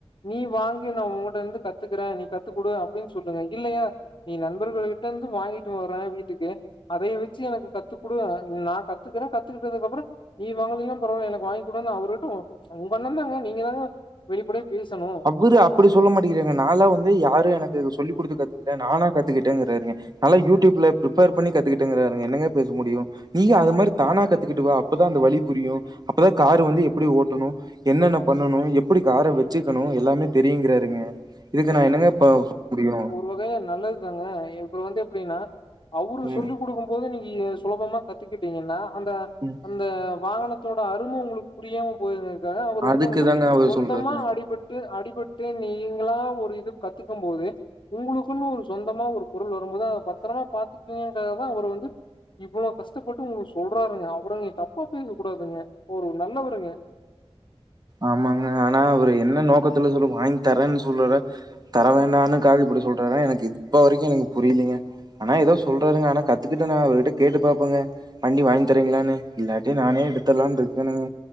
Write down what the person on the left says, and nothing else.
நீ வாங்கி நா உங்கட்ட இருந்து கத்துக்கறே நீ கத்துக்குடு அப்டின் சொல்லுங்க இல்லையா நீ நண்பர்கள் கிட்ட இருந்து வாங்கிட்டு வர வீட்டுக்கு அதைய வச்சு எனக்கு கத்துகுடு நா கத்துக்குறே கத்துக்கிட்டதுக்கு அப்றோ நீ வாங்கலீனா பரவால்ல எனக்கு வாங்கி குடுனு அவருட்ட உங்க அண்ணந்தாங்க நீங்க தாங்க வெளிப்படையா பேசணு
போக நல்லது தாங்க இப்ப வந்து எப்டின்னா அவரு
சொல்லிக் குடுக்கு போது நீங்க சுலபமா கத்துக்கிட்டீங்கன்னா அந்த
இந்த வாகனத்தோட அரும உங்களுக்கு புரியாம பொய்ருங்க்க அவரு வந்து
என்னன்னா
சொந்தமா
அடிபட் டு அடிபட்டு நீங்களா ஒரு இது கத்துக்கு போது உங்களுக்குனு ஒரு சொந்தமா ஒரு பொருள் வரும்போது அத பத்தரமா பாத்துப்பீங்கன்றத தா அவரு வந்து இவ்ளோ கஷ்டப்பட்டு உங்களுக்கு சொல்றாருங்க அவர நீங்க தப்பா பேச கூடாதுங்க ஒரு நல்லவருங்க